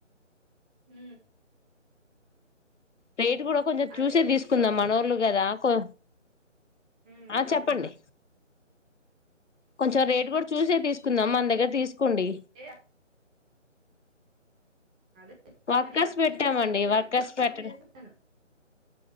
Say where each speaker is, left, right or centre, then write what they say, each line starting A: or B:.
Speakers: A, in the centre; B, on the left.
A: మ్
B: రేట్ కూడా కొంచెం
A: అదే
B: చూసే
A: నేను
B: తీసుకుందాం మనోళ్ళు గదా కొ
A: మ్ మ్
B: ఆ చెప్పండి
A: మ్
B: కొంచెం రేటు కూడా చూసే తీసుకుందాం మన దగ్గర తీసుకోండి
A: అదే అదే చెప్దామనే
B: వర్కర్స్ పెట్టామండి
A: మీకు తెలుసనే
B: వర్కర్స్
A: మీకు
B: పెట్టడం
A: ఫోన్ చేశాను